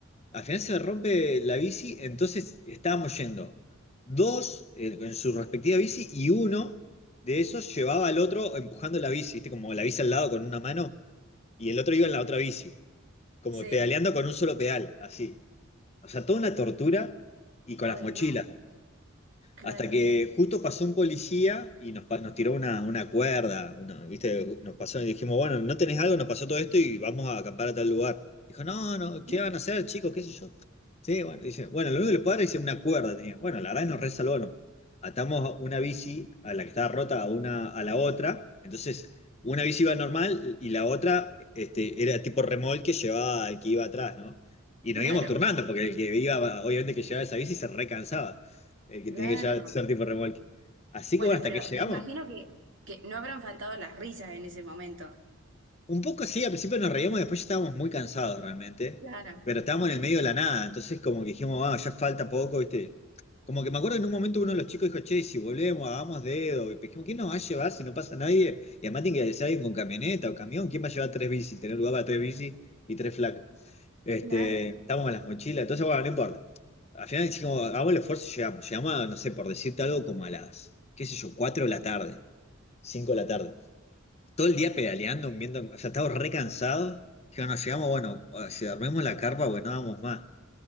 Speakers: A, on the left; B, on the right.
A: al final se me rompe la bici, entonces estábamos yendo dos eh, en su respectiva bici y uno de esos llevaba al otro empujando la bici, ¿viste? Como la bici al lado con una mano y el otro iba en la otra bici, como
B: Sí.
A: pedaleando con un solo pedal, así. O sea, toda una tortura y con
B: Ay,
A: las mochilas.
B: no, claro.
A: Hasta que justo pasó un policía y nos, pa- nos tiró una, una cuerda, una- ¿viste? Nos pasó y dijimos, bueno, ¿no tenés algo? Nos pasó todo esto y vamos a acampar a tal lugar. Dijo, no, no,
B: Mirá.
A: ¿qué van a hacer, chicos? ¿Qué sé yo? Sí, bueno, dice, bueno, lo único que le puedo dar es una cuerda. Tenía. Bueno, la verdad nos que nos resalvaron. Atamos una bici a la que estaba rota a una a la otra. Entonces, una bici iba normal y la otra este, era tipo remolque, llevaba al que iba atrás, ¿no? Y
B: Claro,
A: nos íbamos turnando, porque el que iba, obviamente, que llevaba esa bici se recansaba el que
B: claro.
A: tiene que ya ser tipo remolque. Así
B: Bueno,
A: que bueno, hasta
B: pero
A: que llegamos.
B: me imagino que, que no habrán faltado las risas en ese momento.
A: Un poco sí, al principio nos reíamos, después ya estábamos muy cansados realmente,
B: Claro.
A: pero estábamos
B: Y
A: en el medio
B: sí,
A: de la nada, entonces como que dijimos, ah, ya falta poco, ¿viste? Como que me acuerdo en un momento uno de los chicos dijo, che, si volvemos, hagamos dedo, y dijimos, ¿quién nos va a llevar si no pasa nadie? Y además tiene que ser alguien con camioneta o camión, ¿quién va a llevar tres bicis? Tener lugar para tres bicis y tres flacos. Este,
B: claro.
A: estábamos con las mochilas, entonces bueno, no importa. Al final dijimos, hagamos el esfuerzo y llegamos. Llegamos, a, no sé, por decirte algo, como a las, qué sé yo, cuatro de la tarde. cinco de la tarde. Todo el día pedaleando, viendo, o sea, estaba re cansado. Yo nos llegamos, bueno, si dormimos la carpa, bueno, no vamos más.